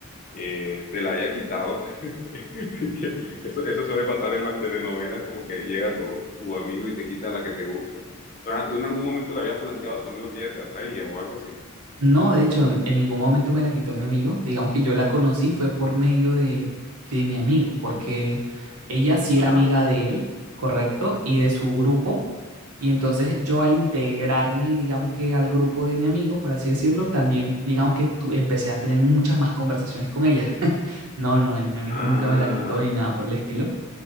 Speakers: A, on the left; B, on the right.
A: eh, te la haya quitado. <laughs> Que Eso, eso suele pasar en las telenovelas, como que llega tu, tu amigo y te quita la que te gusta. Pero ajá, tú en algún momento le habías planteado a tu amigo que ella te atraía o algo así.
B: No, de hecho, en ningún momento me la quitó mi amigo. Digamos que yo la conocí fue por medio de, de mi amigo, porque ella sí
A: Ajá.
B: era amiga de él, correcto, y de su grupo. Y entonces yo al integrarme, digamos que al grupo de mi amigo, por así decirlo, también, digamos que tu- empecé a tener muchas más conversaciones con ella. <laughs> No, no, el, mi amigo
A: Ah,
B: nunca me la quitó ni nada por el estilo.